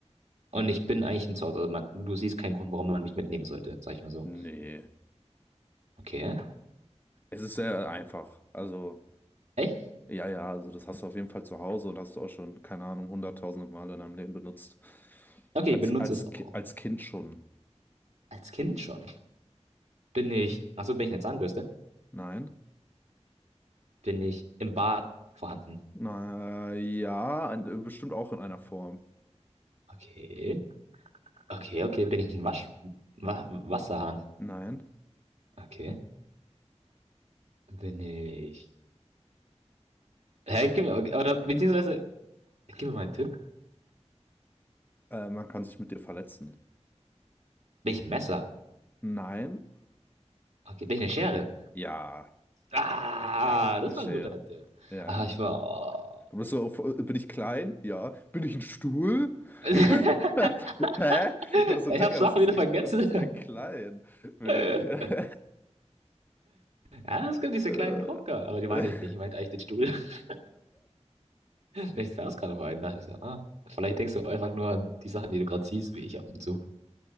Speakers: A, on the right (about 70°); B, on the left (about 15°).
A: Und ich bin eigentlich ein Zorn. Also man, du siehst keinen Grund, warum man mich mitnehmen sollte, sag ich mal so.
B: Nee.
A: Okay.
B: Es ist sehr einfach. Also.
A: Echt?
B: Ja, ja, also das hast du auf jeden Fall zu Hause und hast du auch schon, keine Ahnung, hunderttausende Male in deinem Leben benutzt.
A: Okay,
B: Als,
A: ich benutze
B: als,
A: es auch
B: Ki- als Kind schon.
A: als Kind schon. Bin ich, achso, bin ich eine Zahnbürste?
B: Nein.
A: Bin ich im Bad vorhanden?
B: Na ja, ein- bestimmt auch in einer Form.
A: Okay. Okay, okay. Bin ich ein Wasch, Wa Wasserhahn?
B: Nein.
A: Okay. Bin ich. Hä, gib mir, okay, oder beziehungsweise, gib mir mal einen Tipp.
B: Äh, man kann sich mit dir verletzen.
A: Bin ich ein Messer?
B: Nein.
A: Okay. Bin ich eine Schere?
B: Ja,
A: Ah,
B: ja,
A: das
B: eine Schere.
A: war ein guter Tipp.
B: Ja,
A: Ah, ich
B: ja.
A: war.
B: Du bist so, auf- bin ich klein? Ja. Bin ich ein Stuhl?
A: <laughs>
B: <laughs> Hä? Ich war so,
A: Ich
B: Digga,
A: hab's Sachen
B: was ist
A: wieder
B: denn,
A: vergessen.
B: was ist denn klein? Bin
A: <laughs>
B: ich. <laughs>
A: Ja, es gibt diese
B: Äh,
A: kleinen Hocker, aber die meine
B: <laughs>
A: ich nicht. Ich meinte eigentlich den Stuhl. <laughs> Ich saß gerade auf einem, dachte ich so, ah, vielleicht denkst du einfach nur an die Sachen, die du gerade siehst, wie ich ab und zu.